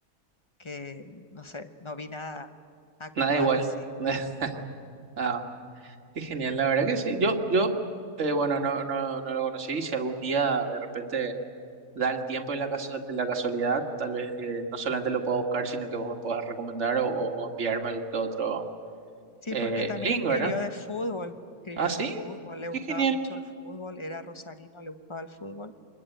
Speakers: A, on the left (about 20°); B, on the right (about 50°).
A: que, no sé, no vi nada actual
B: nada igual.
A: así.
B: <laughs>
A: ¿no?
B: Ah, qué genial, la verdad que sí. Yo, yo, eh, bueno, no, no, no lo conocí. Si algún día de repente da el tiempo y la casu- la casualidad, tal vez eh, no solamente lo puedo buscar, sino que vos me puedas recomendar o, o enviarme algún que otro.
A: Sí,
B: Eh,
A: porque también
B: Link,
A: escribió
B: ¿verdad?
A: de fútbol, escribió
B: Ah, sí.
A: de fútbol, le
B: Qué
A: gustaba
B: genial.
A: mucho el fútbol, era rosarino, le gustaba el fútbol